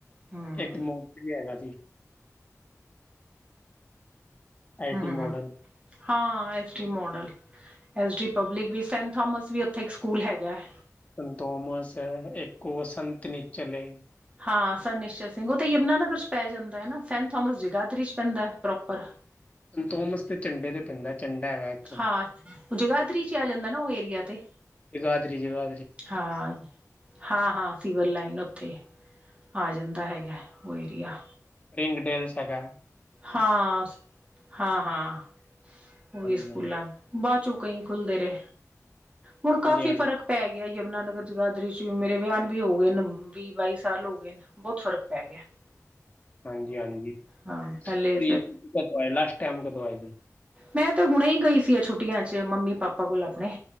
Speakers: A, on the right; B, on the left.
A: ਹਮ
B: ਇੱਕ ਮੋਤ ਵੀ ਹੈਗਾ ਸੀ। ਆਈਟੀ
A: ਹਮ।
B: ਮੋਡਲ
A: ਹਾਂ S D model S D public ਵੀ ਸੈਂਟ ਥੋਾਮਸ ਵੀ ਉੱਥੇ ਇੱਕ ਸਕੂਲ ਹੈਗਾ ਹੈ।
B: ਸੰ ਥੋਮਸ ਹੈ ਇੱਕੋ ਸੰਤ ਨੀ ਚਲੇ।
A: ਹਾਂ ਸੰ ਨਿਸ਼ਲ ਸਿੰਘ ਉਹ ਤਾਂ ਯਮੁਨਾਾਨਗਰ ਚ ਪੈ ਜਾਂਦਾ ਹੈ ਨਾ ਸੈਂਟ ਥੋਮਸ ਜਗਾਾਧਰੀ ਚ ਪੈਂਦਾ ਹੈ ਪ੍ਰੋਪਰ।
B: ਸੰਤੋਮਸ ਤੇ ਡੰਡੇ ਤੇ ਪੈਂਦਾ ਝੰਡਾ ਹੈਗਾ ਇੱਕ।
A: ਹਾਂ ਜਗਾਦਰੀ ਚ ਆ ਜਾਂਦਾ ਨਾ ਉਹ ਏਰੀਆ ਤੇ।
B: ਜਗਾਧਰੀ ਜਗਾਧਰੀ
A: ਹਾਂ ਹਾਂ ਹਾਂ ਸਿਵਲ ਲਾਈਨ ਉੱਥੇ। ਆ ਜਾਂਦਾ ਹੈਗਾ ਉਹ ਏਰੀਆ।
B: ਪਿੰਗ ਡੇਲ ਸਗਾ।
A: ਹਾਂ ਹਾਂ ਹਾਂ ਉਹ ਵੀ
B: ਹਾਂਜੀ
A: ਸਕੂਲਾਂ
B: ਹਾਂਜੀ
A: ਬਾਅਦ ਚੋਂ ਕਈ ਖੁੱਲਦੇ ਰਹੇ ਹੁਣ ਕਾਫ਼ੀ
B: ਹਾਂਜੀ
A: ਫ਼ਰਕ ਪੈ ਗਿਆ ਯਮੁਨਾਨਕ ਜਗਾਦਰੀ ਚ ਵੀ ਮੇਰੇ ਵਿਆਨ ਵੀ ਹੋ ਗਏ ਨੇ ਵੀਹ ਬਾਈ ਸਾਲ ਹੋ ਗਏ ਨੇ। ਬਹੁਤ ਫ਼ਰਕ ਪੈ ਗਿਆ।
B: ਹਾਂਜੀ ਹਾਂਜੀ
A: ਹਾਂ ਪਹਿਲੇ
B: ਤੇ ਕੋਂ ਆਏ ਲਾਸਟ ਟਾਈਮ ਕਦੋਂ ਆਏ?
A: ਮੈਂ ਤੇ ਹੁਣੇ ਹੀ ਗਈ ਸੀ ਆ ਛੁੱਟੀਆਂ ਚ। ਤੇ ਮੰਮੀ ਪਾਪਾ ਕੋਲ ਆਪਣੇ